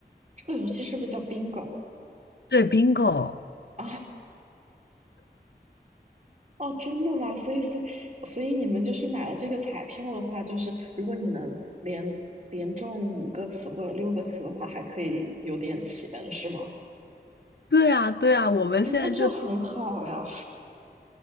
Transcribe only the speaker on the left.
对，bingo。
对啊，对啊，我们现在就